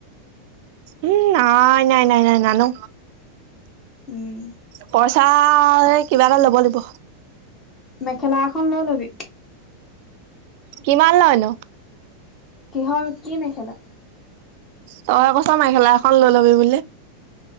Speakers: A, on the right (about 55°); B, on the left (about 20°).
A: উম নাই নাই নাই নাই নানো
B: উম
A: পইচা কিবা এটা ল'ব লাগিব
B: মেখেলা এখন লৈ ল'বি
A: কিমান লয়ন
B: কিহৰ কি মেখেলা
A: তই কছ মেখেলা এখন লৈ ল'বি ব